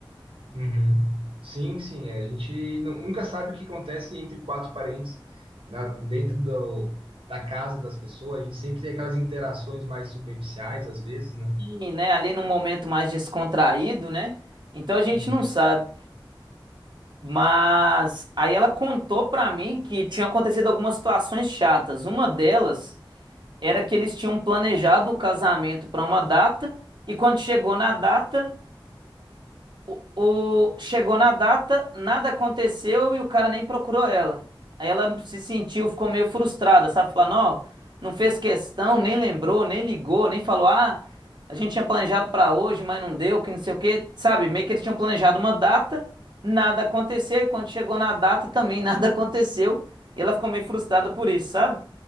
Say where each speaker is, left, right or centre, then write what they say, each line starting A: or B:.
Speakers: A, on the right (about 80°); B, on the right (about 55°).
A: Uhum. Sim, sim, a gente nu- nunca sabe o que acontece entre quatro parentes na- dentro do- da casa das pessoas. A gente sempre tem aquelas interações mais superficiais, às vezes, né?
B: E, né, ali num momento mais descontraído, né? Então a gente
A: Uhum.
B: não sabe. Mas aí ela contou pra mim que tinha acontecido algumas situações chatas. Uma delas era que eles tinham planejado o casamento pra uma data e quando chegou na data, O, o- chegou na data, nada aconteceu e o cara nem procurou ela. Aí ela se sentiu, ficou meio frustrada, sabe? Falando, ó, não fez questão, nem lembrou, nem ligou, nem falou, ah, a gente tinha planejado pra hoje, mas não deu, que não sei o quê, sabe? Meio que eles tinham planejado uma data, nada aconteceu e quando chegou na data também nada <laughs> aconteceu e ela ficou meio frustrada por isso, sabe?